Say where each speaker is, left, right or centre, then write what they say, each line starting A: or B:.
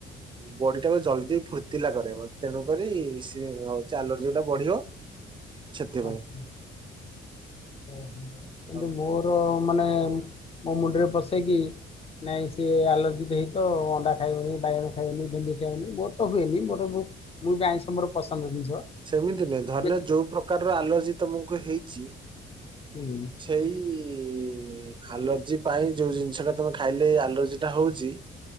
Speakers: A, on the right; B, on the left.
A: ବଡି ଟାକୁ ଜଲଦି ଫୁର୍ତିଲା କରୋଇବ ତେଣୁକରି ସ୍ -ହଉ ଆଲର୍ଜିଟା ବଢିବ। ସେଥିପାଇଁ।
B: ଆଚ୍ଛା ଓହୋ କିନ୍ତୁ
A: ଆଉ
B: ମୋର ମାନେ ମୋ ମୁଣ୍ଡରେ ପଶେ କି ନାଇଁ ସିଏ ଆଲର୍ଜିି ଦେଇ ତ ଅଣ୍ଡା ଖାଇବନି, ବାଇଗଣ ଖାଇବନି, ଭିଣ୍ଡି ଖାଇବନି, ମୋର ତ ହୁଏନି ବଟ୍ ମୁଁ ମୁଁ ବି ଆାଇଁଷ ମୋର ପସନ୍ଦ। ଜିନିଷ
A: ସେମିତି ନୁହେଁ ଧରିନେ
B: ଯେ
A: ଯୋଉ ପ୍ରକାରର ଆଲର୍ଜି ତମକୁ ହେଇଚି
B: ହୁଁ
A: ସେଇ ଇ ଆଲର୍ଜି ପାଇଁ ଯୋଉ ଜିନିଷ ଟା ତମେ ଖାଇଲେ ଆଲର୍ଜି ଟା ହଉଚି।